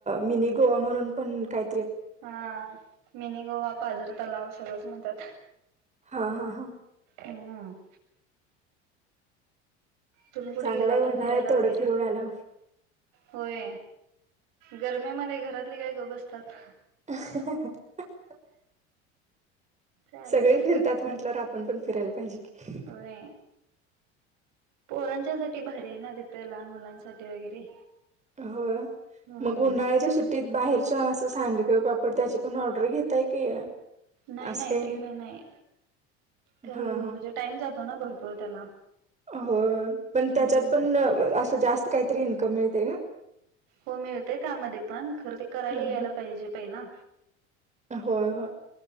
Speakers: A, on the right; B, on the right.
A: मिनी गोवा म्हणून पण काय
B: हा मिनी गोवा पाजर तलाव सगळंच म्हणतात
A: हा हा हा
B: हम तुम्ही कुढे
A: चांगलाय
B: गेला होता
A: उन्हाळ्यात
B: फिरायला
A: तेवढं
B: वगैरे
A: फिरून आला
B: होय गरमीमध्ये घरातले काय गप्प बसतात
A: <unintelligible>
B: चालायचं
A: सगळे फिरतात म्हटल्यावर आपण पण फिरायला पाहिजे की
B: होय पोरांच्या साठी भारी आहे ना तिथं लहान मुलांसाठी वगैरे
A: होय
B: हम्म
A: मग उन्हाळ्याच्या सुट्टीत बाहेरच्या सांडग किंवा पापड त्याची पण ऑर्डर घेताय की
B: नाही
A: असं
B: नाही
A: काही
B: ते काय नाही त्याला
A: हा
B: म्हणजे टाईम जातो ना भरपूर त्याला
A: हो
B: हम्म
A: पण त्याच्यात पण असं जास्त काहीतरी इन्कम मिळते का
B: हो मिळतेय त्यामध्ये पण खर ते करायला
A: हम्म
B: यायला
A: हम्म
B: पाहिजे पहिला
A: होय होय